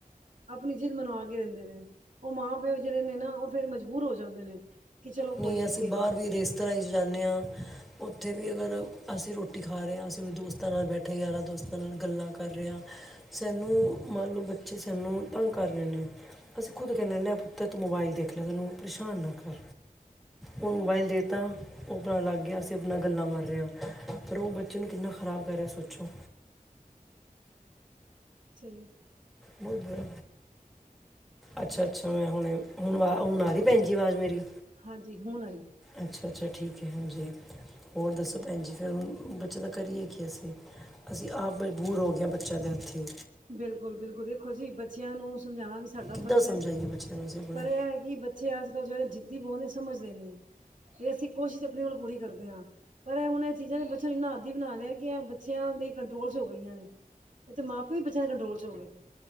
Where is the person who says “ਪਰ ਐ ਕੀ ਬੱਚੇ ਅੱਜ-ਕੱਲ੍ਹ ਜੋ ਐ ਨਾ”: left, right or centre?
Right